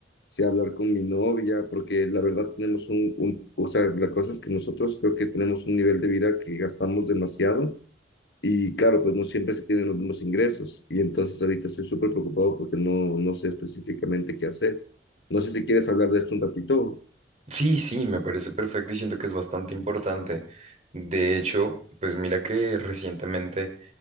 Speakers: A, on the left (about 65°); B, on the right (about 40°).
A: si hablar con mi novia, porque la verdad tenemos un, un, o sea, la cosa es que nosotros creo que tenemos un nivel de vida que gastamos demasiado y claro, pues no siempre se tienen los mismos ingresos. Y entonces ahorita estoy súper preocupado porque no, no sé específicamente qué hacer. No sé si quieres hablar de esto un ratito.
B: Sí, sí, me parece perfecto y siento que es bastante importante. De hecho, pues mira que recientemente